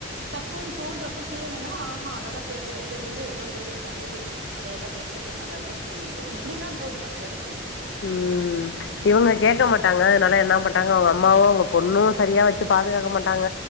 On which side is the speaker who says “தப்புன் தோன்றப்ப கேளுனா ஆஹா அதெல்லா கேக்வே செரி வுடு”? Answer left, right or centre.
Right